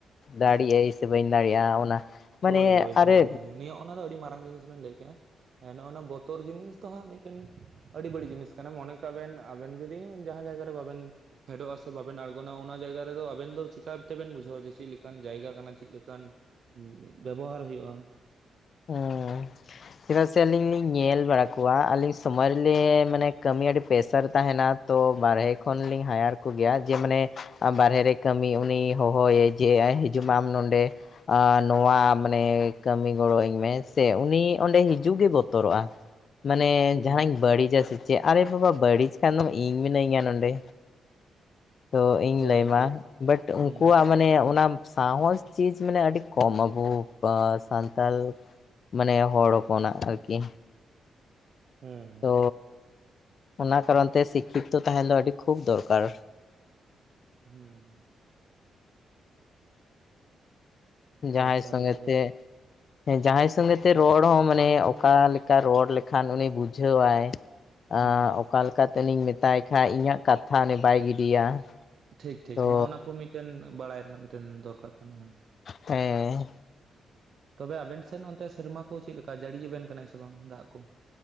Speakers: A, on the left; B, on the right.
A: ᱫᱟᱲᱮᱭᱟᱜᱼ ᱟᱹᱧ ᱥᱮ ᱵᱟᱹᱧ ᱫᱟᱲᱮᱭᱟᱜᱼᱟ ᱚᱱᱟ᱾ ᱢᱟᱱᱮ
B: ᱦᱳᱭ ᱦᱳᱭ
A: ᱟᱨᱮ
B: ᱦᱳᱭ ᱦᱮᱸ ᱱᱤᱭᱟᱹ ᱚᱱᱟ ᱫᱚ ᱟᱹᱰᱤ ᱢᱟᱨᱟᱝ ᱡᱤᱱᱤᱥ ᱵᱮᱱ ᱞᱟᱹᱭ ᱱᱚᱸᱜᱼᱚᱭ ᱱᱚᱣᱟ ᱵᱚᱛᱚᱨ ᱡᱤᱱᱤᱥ ᱫᱚ ᱦᱟᱸᱜ ᱢᱤᱫᱴᱮᱱ ᱟᱹᱰᱤ ᱵᱟᱹᱲᱤᱡ ᱡᱤᱱᱤᱥ ᱠᱟᱱᱟ, ᱢᱚᱱᱮ ᱠᱟᱜ ᱵᱮᱱ ᱟᱵᱮᱱ ᱡᱩᱫᱤ ᱡᱟᱦᱟᱸ ᱡᱟᱭᱜᱟᱨ ᱨᱮ ᱵᱟᱵᱮᱱ ᱯᱷᱮᱰᱚᱜᱼᱟ ᱥᱮ ᱵᱟᱵᱮᱱ ᱟᱬᱜᱚᱱᱟ, ᱚᱱᱟ ᱡᱟᱭᱜᱟ ᱨᱮᱫᱚ ᱟᱵᱮᱱ ᱫᱚ ᱪᱤᱠᱟ ᱛᱮᱵᱮᱱ ᱵᱩᱡᱷᱟᱹᱣᱟ ᱡᱮ ᱪᱮᱫ ᱞᱮᱠᱟᱱ ᱡᱟᱭᱜᱟ ᱠᱟᱱᱟ ᱪᱮᱫ ᱞᱮᱠᱟᱱ ᱵᱮᱵᱚᱦᱟᱨ ᱦᱩᱭᱩᱜᱼᱟ᱾
A: ᱦᱮᱸ᱾ ᱪᱮᱫᱟᱜ ᱥᱮ ᱟᱹᱞᱤᱧ ᱞᱤᱧ ᱧᱮᱞ ᱵᱟᱲᱟ ᱠᱚᱣᱟ ᱟᱹᱞᱤᱧ ᱥᱚᱢᱚᱭ ᱨᱮ ᱢᱟᱱᱮ ᱠᱟᱹᱢᱤ ᱟᱹᱰᱤ ᱯᱮᱥᱟᱨ ᱛᱟᱦᱮᱱᱟ᱾ ᱛᱚ ᱵᱟᱨᱦᱮ ᱠᱷᱚᱱᱞᱤᱧ ᱦᱟᱭᱟᱨ ᱠᱚ ᱜᱮᱭᱟᱢ, ᱡᱮ ᱢᱟᱱᱮ ᱵᱟᱨᱦᱮ ᱨᱮ ᱠᱟᱹᱢᱤ ᱩᱱᱤ ᱦᱚᱦᱚᱣᱟᱹᱭᱟᱧ᱾ ᱡᱮ ᱦᱤᱡᱩᱜ ᱢᱮ ᱢᱮ ᱱᱚᱰᱮ ᱱᱚᱣᱟ ᱢᱟᱱᱮ ᱠᱟᱹᱢᱤ ᱜᱚᱲᱚ ᱟᱹᱧ ᱢᱮ ᱥᱮ ᱩᱱᱤ ᱚᱸᱰᱮ ᱦᱤᱡᱩᱜ ᱜᱮ ᱵᱚᱛᱚᱨᱚᱜᱼᱟ ᱢᱟᱱᱮ
B: ᱦᱩᱸ
A: ᱡᱟᱦᱟᱱᱟᱜ ᱤᱧ ᱵᱟᱹᱲᱤᱡᱟ ᱥᱮ ᱪᱮᱫ ᱟᱨᱮ ᱵᱟᱵᱟ ᱵᱟᱹᱲᱤᱡ ᱠᱷᱟᱱ ᱫᱚᱢ ᱤᱧ ᱢᱤᱱᱟᱹᱧᱟ ᱱᱚᱰᱮ᱾ ᱛᱚ ᱤᱧ
B: ᱦᱳᱭ
A: ᱞᱟᱹᱭ ᱟᱢᱟ
B: ᱦᱳᱭ
A: ᱵᱟᱴ ᱩᱱᱠᱩᱣᱟᱜ
B: ᱦᱩᱸ
A: ᱢᱟᱱᱮ ᱚᱱᱟ ᱥᱟᱦᱚᱥ ᱪᱤᱡᱽ ᱢᱟᱱᱮ ᱟᱹᱰᱤ ᱠᱚᱢ ᱟᱵᱚ ᱥᱟᱱ ᱛᱟᱞ ᱢᱟᱱᱮ ᱦᱚᱲ ᱦᱚᱯᱚᱱᱟᱜ ᱟᱨᱠᱤ᱾
B: ᱦᱩᱸ
A: ᱛᱚ
B: ᱦᱩᱸ᱾
A: ᱚᱱᱟ ᱠᱟᱨᱚᱱ ᱛᱮ ᱥᱤᱠᱠᱷᱤᱛᱚ ᱛᱟᱦᱮᱱ ᱫᱚ ᱟᱹᱰᱤ ᱠᱷᱩᱵ ᱫᱚᱨᱠᱟᱨ᱾
B: ᱦᱩᱸ᱾
A: ᱡᱟᱦᱟᱸᱭ
B: ᱫᱚᱨᱠᱟᱨ
A: ᱥᱚᱸᱜᱮ
B: ᱢᱟ ᱫᱚ
A: ᱛᱮ ᱦᱮᱸ ᱡᱟᱦᱟᱸᱭ ᱥᱚᱸᱜᱮᱛᱮ ᱨᱚᱲ ᱦᱚᱸ ᱢᱟᱱᱮ ᱚᱠᱟ ᱞᱮᱠᱟ ᱨᱚᱲ ᱞᱮᱠᱷᱟᱱ ᱩᱱᱤ ᱵᱩᱡᱷᱟᱹᱣᱟᱭ᱾
B: ᱦᱩᱸ
A: ᱟᱻ ᱚᱠᱟ ᱞᱮᱠᱟᱛᱮᱞᱤᱧ ᱢᱮᱛᱟᱭ ᱠᱷᱟᱡ ᱤᱧᱟᱹᱜ ᱠᱟᱛᱷᱟ ᱩᱱᱤ ᱵᱟᱭ ᱜᱤᱰᱤᱭᱟ᱾
B: ᱴᱷᱤᱠ ᱴᱷᱤᱠ
A: ᱛᱚ
B: ᱦᱚᱜ-ᱚ ᱱᱟᱠᱚ ᱢᱤᱫᱴᱮᱱ ᱵᱟᱲᱟᱭ ᱨᱮᱱᱟᱜ ᱢᱤᱫᱴᱮᱱ ᱫᱚᱨᱠᱟᱨ ᱠᱟᱱᱟ ᱦᱮᱸ᱾
A: ᱦᱮᱸᱻ᱾
B: ᱛᱚᱵᱮ ᱟᱵᱮᱱ ᱥᱮᱫ ᱚᱱᱛᱮ ᱥᱮᱨᱢᱟ ᱠᱚ ᱪᱮᱫ ᱞᱮᱠᱟ, ᱡᱟᱹᱲᱤ ᱟᱵᱮᱱ ᱠᱟᱱᱟᱭ ᱥᱮ ᱵᱟᱝ ᱫᱟᱜ ᱠᱚ?